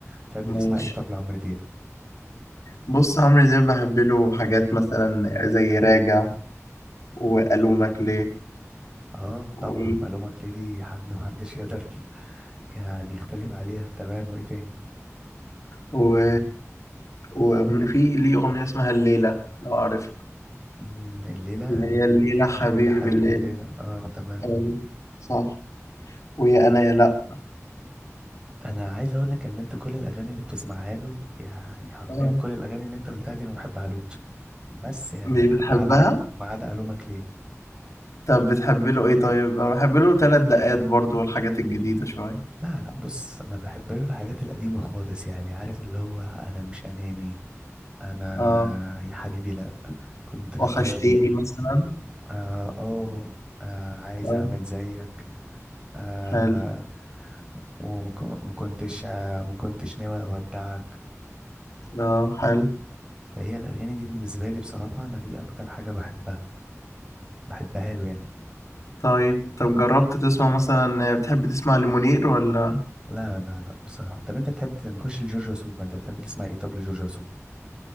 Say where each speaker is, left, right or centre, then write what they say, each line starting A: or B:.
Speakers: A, on the right (about 15°); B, on the left (about 70°).
A: بتحب
B: ماشي
A: تسمع ايه طب لعمرو دياب
B: بص عمرو دياب بحب له حاجات مثلا زي راجع والومك ليه
A: اه
B: و...
A: طبعا الومك ليدي حد محدش يقدر <laughs> يعني يختلف عليها تمام وايه تاني
B: و... وأغن- في ليه أغنية اسمها الليلة لو عارفها
A: مم، الليلة
B: اللي هي الليلة حبيبي
A: الليلة حبيبي
B: الليلة
A: الليلة اه تمام
B: آه، صح ويا أنا يا لأ
A: انا عايز اقول لك ان انت كل الاغاني اللي بتسمعها له يعني حرفيا
B: آه.
A: كل الاغاني اللي انت قلتها دي انا ما بحبهالوش بس يعني
B: مش بتحبها؟
A: ما عدا ما عدا الومك ليه
B: طب بتحب له إيه طيب؟ أنا بحب له تلات دقات برضو والحاجات الجديدة شوية
A: لا لا بص انا بحب الحاجات القديمه خالص يعني عارف اللي هو انا مش اناني انا
B: آه
A: يا حبيبي لا كنت في
B: وحشتيني
A: بالي
B: مثلا
A: اه اه آه، عايز
B: آه
A: اعمل زيك آه
B: حلو
A: وما كنتش آه ما كنتش ناوي اودعك
B: آه حلو
A: فهي الاغاني دي بالنسبه لي بصراحه انا دي اكتر حاجه بحبها بحبها له يعني
B: طيب طب جربت تسمع مثلا بتحب تسمع لمنير ولا
A: لا لا لا بصراحه طب انت بتحب ت- نخش لجورج وسوف بقى، انت بتحب تسمع ايه طب لجورج وسوف